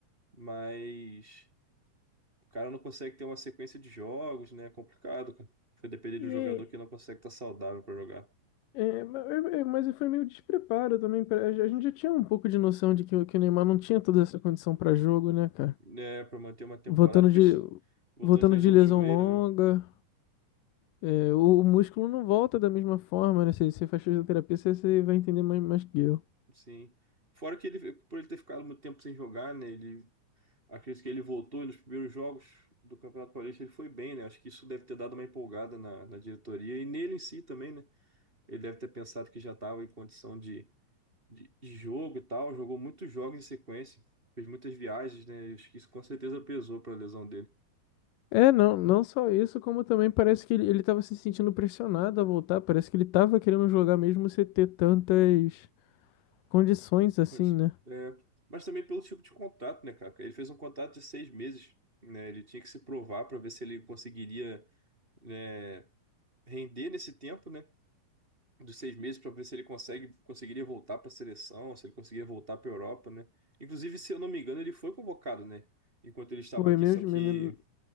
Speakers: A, on the right (about 15°); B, on the left (about 85°).
A: Mas o cara não consegue ter uma sequência de jogos, né? É complicado, cara. Foi depender
B: E,
A: de um jogador que não consegue estar saudável para jogar,
B: é, ma- é- é, mas foi meio despreparo também. pra- A gente já tinha um pouco de noção de que, o- que o Neymar não tinha toda essa condição pra jogo, né, cara?
A: né? Para manter uma temporada,
B: Voltando
A: por
B: de,
A: isso, voltou
B: voltando
A: de lesão
B: de lesão
A: do joelho,
B: longa.
A: né?
B: é, o, o músculo não volta da mesma forma, né? Se você faz fisioterapia, você, você vai entender mais, mais que eu.
A: Sim. Fora que ele, por ele ter ficado muito tempo sem jogar, né? Ele, acredito que ele voltou e nos primeiros jogos do Campeonato Paulista ele foi bem, né? Acho que isso deve ter dado uma empolgada na, na diretoria e nele em si também, né? Ele deve ter pensado que já estava em condição de, de de jogo e tal. Jogou muitos jogos em sequência, fez muitas viagens, né? Acho que isso com certeza pesou para a lesão dele.
B: É, não, não só isso, como também parece que ele, ele tava se sentindo pressionado a voltar. Parece que ele tava querendo jogar mesmo sem ter tantas condições assim,
A: Pois.
B: né?
A: É, mas também pelo tipo de contrato, né, cara? Ele fez um contrato de seis meses, né? Ele tinha que se provar para ver se ele conseguiria, né, render nesse tempo, né? Dos seis meses para ver se ele consegue, conseguiria voltar para a seleção, se ele conseguiria voltar para a Europa, né? Inclusive, se eu não me engano, ele foi convocado, né? Enquanto ele estava
B: Foi
A: aqui,
B: mesmo.
A: só que
B: me- me-